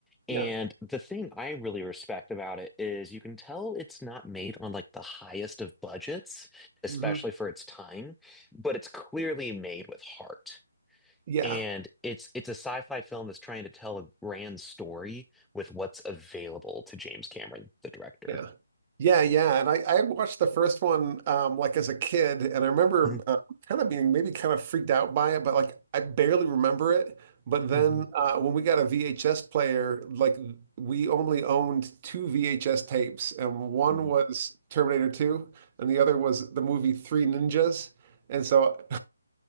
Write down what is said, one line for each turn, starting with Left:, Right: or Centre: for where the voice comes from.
Centre: and
Right: yeah,
Centre: the thing I really respect about it is you can tell it's not made on like the highest of budgets, especially
Right: hmm
Centre: for its time, but it's clearly made with heart.
Right: yeah.
Centre: And it's it's a sci-fi film that's trying to tell a grand story with what's available to James Cameron, the director.
Right: Yeah. Yeah, yeah. And I, I had watched the first one um like as a kid and I remember
Centre: Mhm,
Right: uh, kind of being maybe kind of freaked out by it, but like I barely remember it. But then
Centre: mhm,
Right: uh when we got a VHS player, like we only owned two VHS tapes and one
Centre: mhm,
Right: was Terminator 2 and the other was the movie Three Ninjas. And so